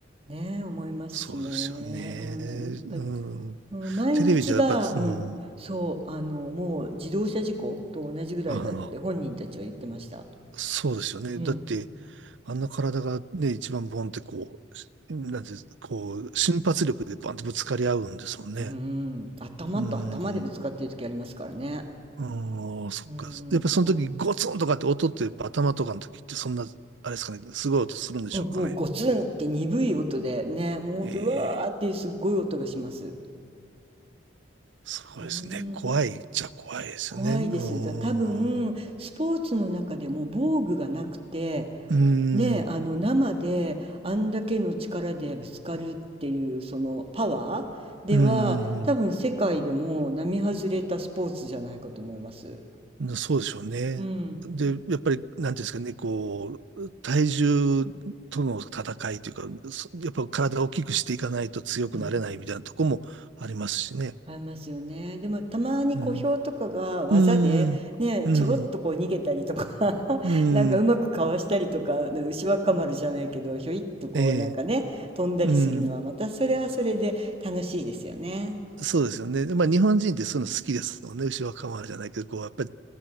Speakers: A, on the right; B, on the right.
A: ね、思いますしね。
B: そうですよね。
A: うん、だからやっぱり、
B: うん。
A: うん、毎日が、
B: テレビじゃやっぱ、
A: うん、
B: うん。
A: そう、あの、もう自動車事故と同じぐらいだって本人たちは言ってました。
B: ああ、そうですよね。
A: うん。
B: だって、あんな体がね、一番ボンってこう、なんて、こう、瞬発力でバンってぶつかり合うんですもんね。
A: うーん、頭と頭でぶつかってる時ありますからね。
B: うん。ああ、そっか。
A: うーん、
B: やっぱその時ゴツンとかって音ってやっぱ頭とかの時ってそんな、
A: そ
B: あれですかね、すごい音するんでしょうかね。
A: う。うん、もうゴツンって鈍い音でね、もうほんと、
B: ええ、
A: うわーっていうすっごい音がします。う
B: そうですね。
A: ーん、
B: 怖いっちゃ怖いですよね。
A: 怖いです。
B: うーん。
A: だ多分、
B: う
A: スポーツの中でも防具がなくて、
B: ーん。
A: ね、あの、生であんだけの力でぶつかるっていう、そのパワーでは、
B: うーん。
A: 多分世界でも並外れたスポーツじゃないかと思います。
B: そうでしょうね。
A: うん。
B: で、やっぱり、なんていうんですかね、こう、体重との戦いというか、そやっぱ体を大きくしていかないと強くなれないみたいなとこもありますしね。
A: うんありますよね。でもたまに小兵とかが技でね、
B: うん。うーん。うん。
A: ちょろっとこう逃げたりとか <laughs>
B: うん。
A: なんかうまくかわしたりとか、な牛若丸じゃないけど、ひょいっとこうなんかね、
B: ええ。
A: 飛んだりするのはまたそれはそれで楽しいですよね。
B: うん。そうですよね。でまあ、日本人ってそういうの好きですもんね。牛若丸じゃないけど、こう、やっぱり、